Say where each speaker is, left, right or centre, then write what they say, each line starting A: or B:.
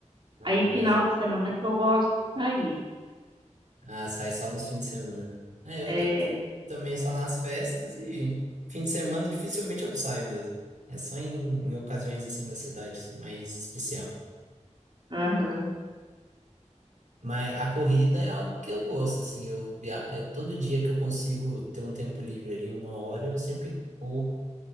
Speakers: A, on the right; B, on the right.
A: né?
B: Aí final de semana que eu gosto de sair.
A: Ah, sai só nos fins de semana. É, eu
B: É,
A: eu também só nas festas e fim de semana dificilmente eu saio mesmo. É só em, em ocasiões assim na cidade assim, mais especial.
B: aham.
A: Mas a corrida é algo que eu gosto, assim, eu via... é todo dia que eu consigo ter um tempo livre ali, uma hora, eu sempre corro,